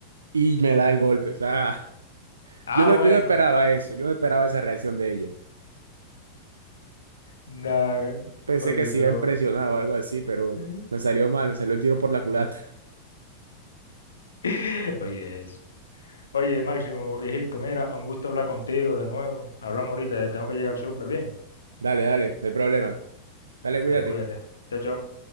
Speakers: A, on the right (about 75°); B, on the left (about 70°).
A: y me da el golpe. O sea, <laughs>
B: Ah,
A: yo no,
B: bueno.
A: yo no esperaba eso, yo no esperaba esa reacción de ella.
B: No,
A: Pensé
B: oye,
A: que se
B: pero...
A: iba a impresionar o algo así, pero
B: ¿eh?
A: me salió mal, me salió el tiro por la culata. <laughs>
B: <laughs> Oye, eso. Oye, Máximo, viejito, mira, un gusto hablar contigo de nuevo. Hablamos ahorita, tengo que llegar súper bien.
A: Dale, dale, no hay problema. Dale, cuídate.
B: Dale, cuídate. Chao, chao.